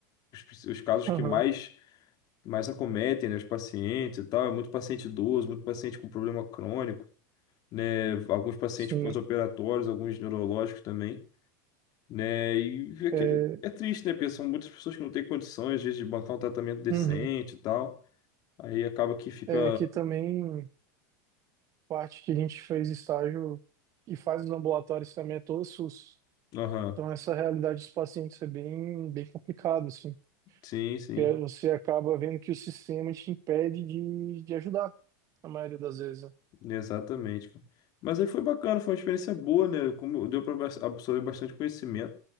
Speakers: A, on the left (about 40°); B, on the right (about 30°).
A: os os casos
B: Aham,
A: que mais mais acometem, né, os pacientes e tal. É muito paciente idoso, muito paciente com problema crônico, né, alguns pacientes
B: Sim.
A: pós-operatórios, alguns neurológicos também, né, e é,
B: É,
A: que é triste, né, porque são muitas pessoas que não têm condições, às vezes, de bancar um tratamento decente
B: uhum.
A: e tal. Aí acaba que fica...
B: É que também parte que a gente fez estágio e faz os ambulatórios também é todo SUS.
A: Aham,
B: Então, essa realidade dos pacientes é bem, bem complicado, assim,
A: Sim, sim,
B: porque você acaba vendo que o sistema te impede de, de ajudar, na maioria das vezes. né?
A: exatamente, cara. Mas aí foi bacana, foi uma experiência boa, né, como deu para absorver bastante conhecimento.